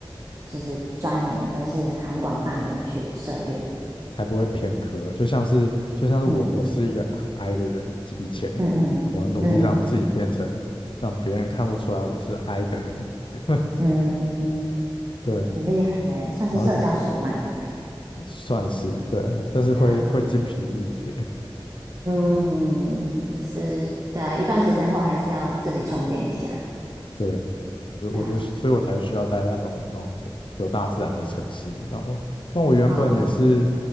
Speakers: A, on the right (about 35°); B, on the left (about 65°).
A: 就是钻研，而是很广泛的去涉猎。
B: 才不会偏科。就像是就像是我我是一个很
A: 嗯
B: I 的人，以以前
A: 嗯嗯嗯
B: 我努力让自己变成让别人看不出来我是 I 的人，<laughs>
A: 嗯嗯，
B: 对，
A: 很厉害欸，算是社交手腕。
B: 然后是算是对，但是会会精疲力竭，
A: 对啊，嗯，就是对啊，一段时间后还是要自己充电一下。
B: 对。就我就是，
A: 对啊，
B: 所以我才需要待在那种哦有大自然的城市，你知道吗？不然我原本也是
A: 哦，